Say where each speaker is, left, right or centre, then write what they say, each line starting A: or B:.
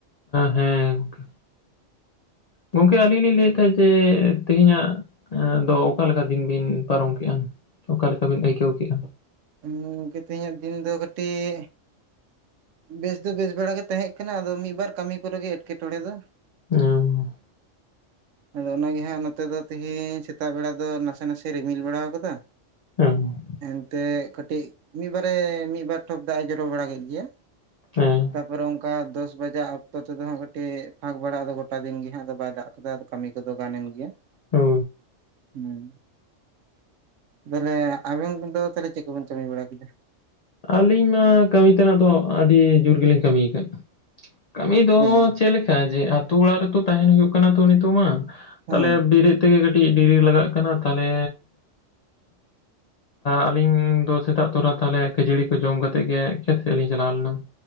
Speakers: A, on the left; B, on the right.
A: ᱦᱮᱸ ᱜᱚᱢᱠᱮ ᱜᱚᱢᱠᱮ ᱟᱹᱞᱤᱧ ᱞᱤᱧ ᱞᱟᱹᱭᱮᱫ ᱛᱟᱦᱮᱸᱫ ᱡᱮ ᱛᱮᱦᱮᱧᱟᱜ ᱮ ᱫᱚ ᱚᱠᱟᱞᱮᱠᱟ ᱫᱤᱱ ᱵᱤᱱ ᱯᱟᱨᱚᱢ ᱠᱮᱫᱜᱼᱟ ᱚᱠᱟᱞᱮᱠᱟ ᱵᱤᱱ ᱟᱹᱭᱠᱟᱹᱣ ᱠᱮᱫᱼᱟ?
B: ᱜᱚᱢᱠᱮ ᱛᱮᱦᱮᱧᱟᱜ ᱫᱤᱱ ᱫᱚ ᱠᱟᱹᱴᱤᱡ ᱵᱮᱥ ᱫᱚ ᱵᱮᱥ ᱵᱮᱲᱟ ᱜᱮ ᱛᱟᱦᱮᱸᱜ ᱠᱟᱱᱟ ᱟᱫᱚ ᱢᱤᱫᱵᱟᱨ ᱠᱟᱹᱢᱤ ᱠᱚᱨᱮᱜ ᱜᱮ ᱮᱴᱠᱮᱴᱚᱲᱮ ᱫᱚ
A: ᱚ
B: ᱟᱫᱚ ᱚᱱᱟᱜᱮ ᱦᱟᱸᱜ ᱱᱚᱛᱮ ᱫᱚ ᱛᱤᱦᱤᱧ ᱥᱮᱛᱟᱜ ᱵᱮᱲᱟ ᱫᱚ ᱱᱟᱥᱮ ᱱᱟᱥᱮ ᱨᱤᱢᱤᱞ ᱵᱟᱲᱟ ᱟᱠᱟᱫᱟ᱾
A: ᱦᱩᱸ
B: ᱮᱱᱛᱮᱜ ᱠᱟᱹᱴᱤᱡ ᱢᱤᱫᱵᱟᱨᱮ ᱢᱤᱫᱵᱟᱨ ᱴᱚᱯ ᱫᱟᱜ ᱮ ᱡᱚᱨᱚ ᱵᱟᱲᱟ ᱠᱮᱫ ᱜᱮᱭᱟ᱾
A: ᱦᱮᱸ
B: ᱛᱟᱯᱚᱨᱮ ᱚᱱᱠᱟ ᱫᱚᱥ ᱵᱟᱡᱟᱜ ᱚᱠᱛᱚ ᱛᱮᱫᱚ ᱦᱟᱸᱜ ᱠᱟᱹᱴᱤᱡ ᱯᱷᱟᱸᱠ ᱵᱟᱲᱟᱜ ᱫᱚ ᱜᱚᱴᱟ ᱫᱤᱱ ᱜᱮ ᱦᱟᱸᱜ ᱟᱫᱚ ᱵᱟᱭ ᱫᱟᱜ ᱠᱟᱫᱟ᱾ ᱠᱟᱹᱢᱤ ᱠᱚᱫᱚ ᱜᱟᱱ ᱮᱱ ᱜᱮᱭᱟ᱾
A: ᱦᱳ
B: ᱦᱮᱸ ᱛᱟᱦᱚᱞᱮ ᱟᱵᱮᱱ ᱫᱚ ᱛᱟᱦᱚᱞᱮ ᱪᱮᱫ ᱠᱚᱵᱤᱱ ᱠᱟᱹᱢᱤ ᱵᱟᱲᱟ ᱠᱮᱫᱟ?
A: ᱟᱹᱞᱤᱧ ᱢᱟ ᱠᱟᱹᱢᱤ ᱛᱮᱱᱟᱜ ᱫᱚ ᱟᱹᱰᱤ ᱡᱳᱨ ᱜᱮᱞᱤᱧ ᱠᱟᱹᱢᱤᱭ ᱟᱠᱟᱫ ᱠᱟᱹᱢᱤ ᱫᱚ
B: ᱦᱮᱸ
A: ᱪᱮᱫ ᱞᱮᱠᱟ ᱡᱮ ᱟᱛᱳ ᱚᱲᱟᱜ ᱨᱮᱛᱚ ᱛᱟᱦᱮᱱ ᱦᱩᱭᱩᱜ ᱠᱟᱱᱟ ᱛᱚ ᱱᱤᱛᱚᱜ ᱢᱟ
B: ᱦᱮᱸ
A: ᱛᱟᱦᱞᱮ ᱵᱮᱨᱮᱫ ᱛᱮᱜᱮ ᱠᱟᱹᱴᱤᱡ ᱰᱮᱨᱤ ᱞᱟᱜᱟᱜ ᱠᱟᱱᱟ ᱛᱟᱦᱞᱮ᱾ ᱟᱹᱞᱤᱧ ᱫᱚ ᱥᱮᱛᱟᱜ ᱛᱚᱨᱟ ᱛᱟᱦᱚᱞᱮ ᱠᱷᱟᱹᱡᱟᱹᱲᱤ ᱠᱚ ᱡᱚᱢ ᱠᱟᱛᱮᱜ ᱜᱮ ᱠᱷᱮᱛ ᱥᱮᱫ ᱞᱤᱧ ᱪᱟᱞᱟᱣ ᱞᱮᱱᱟ᱾